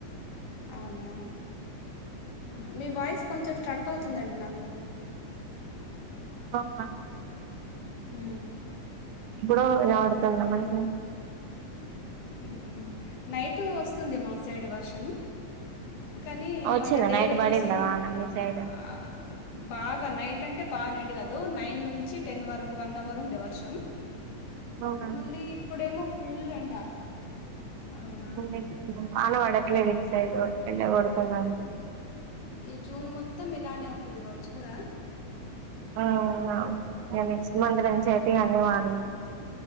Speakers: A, on the left (about 85°); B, on the right (about 75°).
A: అవునా అహ మీ వాయిస్ కొంచెం స్ట్రక్ అవుతుందండి నాకు
B: అవ్ అ
A: ఊ
B: ఇప్పుడు వినబడుతుందా మంచిగ
A: ఉహు నైటు వొస్తుంది మా సైడు వర్షం కనీ
B: వచ్చిందా
A: మళ్ళ డేలో
B: నైట్ పడిందా
A: చూసేవారు
B: వాన మీ సైడ్
A: ఆ బాగా నైట్ అంటే బా నైట్ గదు నైన్ నుంచి టెన్ వరకు వన్ అవర్ ఉండే వర్షం
B: అవునా
A: మళ్ళీ ఇప్పుడేమో ఫుల్ ఎండ అవునా
B: ఉల్లేట్లుంది వాన వడట్లేదు ఇట్ సైడ్ ఎండ కొడుతుందండి
A: ఈ జూన్ మొత్తం ఇలానే ఉంటది గావొచ్చు కదా
B: ఆ అవ్ను ఇగ నెక్స్ట్ మంత్ నుంచి అయితే ఇగ అన్ని వాన్